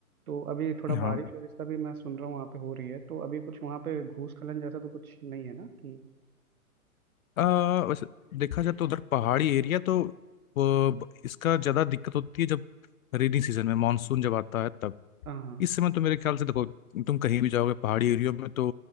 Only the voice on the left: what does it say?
हाँ
आ, वैसे देखा जाए तो उधर पहाड़ी एरिया तो वो, इसका ज़्यादा दिक्कत होती है जब रेनी सीजन में मानसून जब आता है तब
इस समय तो मेरे ख्याल से देखो तुम कहीं भी जाओगे पहाड़ी एरियो में तो